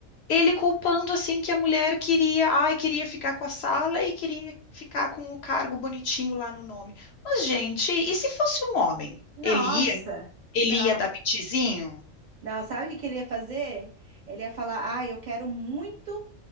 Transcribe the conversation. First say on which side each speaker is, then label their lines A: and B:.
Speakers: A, on the left (about 65°); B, on the right (about 40°).
A: ele culpando assim que a mulher queria, ai, queria ficar com a sala e queria ficar com o cargo bonitinho lá no nome. Mas, gente, e se fosse um homem?
B: Nossa,
A: Ele ia? Ele
B: não.
A: ia dar pitizinho?
B: Não, sabe o que que ele ia fazer? Ele ia falar: Ah, eu quero muito.